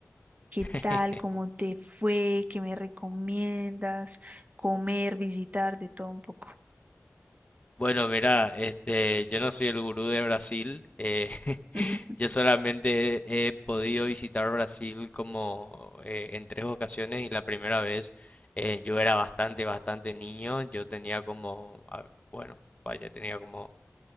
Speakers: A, on the right; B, on the left.
A: ¿qué
B: <laughs>
A: tal? ¿Cómo te fue? ¿Qué me recomiendas? Comer, visitar, de todo un poco.
B: Bueno, verá, este, yo no soy el gurú de Brasil. eh, <laughs>
A: <laughs>
B: yo solamente he podido visitar Brasil como eh, en tres ocasiones y la primera vez eh, yo era bastante, bastante niño. Yo tenía como, a- bueno, vaya, tenía como